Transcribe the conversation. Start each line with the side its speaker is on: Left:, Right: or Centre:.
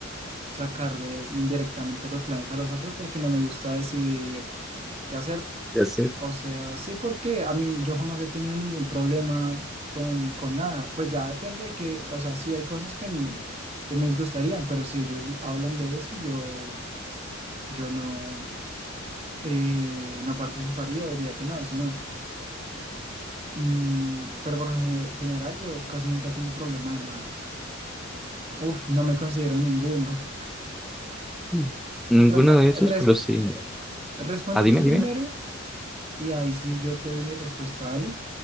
Right: sacarles indirectamente los planes a los otros porque no me gusta decidir qué hacer
Centre: ya sé.
Right: O sea, sí, porque a mí yo jamás he tenido ningún problema con, con nada. Pues ya depende que, o sea, sí hay cosas que, n- que me disgustarían, pero si ellos hablan de eso, yo, yo no, eh, no participaría o diría que no, eso no. Mm, pero por lo gener- general yo casi nunca tengo problema de nada. Uf, no me considero ninguno.
Centre: Mm. Ninguno
Right: Trata,
Centre: de esos,
Right: res-
Centre: pero sí.
Right: responde
Centre: Ah, dime,
Right: tú
Centre: dime.
Right: primero y ahí sí yo te doy mi respuesta, dale,